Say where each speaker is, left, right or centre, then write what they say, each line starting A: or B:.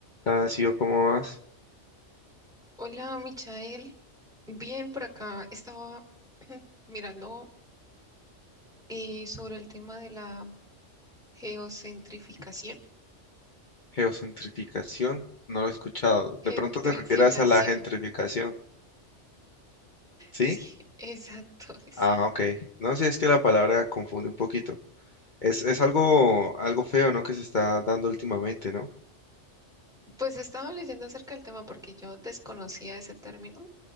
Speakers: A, on the left; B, in the centre.
A: Ha sido como más
B: Hola, Michael. Bien, por acá estaba <clears throat> mirando eh, sobre el tema de la geocentrificación.
A: geocentrificación. No lo he escuchado.
B: Gentrificación.
A: De pronto te refieras a la gentrificación, ¿sí?
B: Sí, <laughs> exacto, eso.
A: Ah, ok. No sí, es que la palabra confunde un poquito. Es, es algo, algo feo, ¿no? Que se está dando últimamente, ¿no?
B: Pues estaba leyendo acerca del tema porque yo desconocía ese término.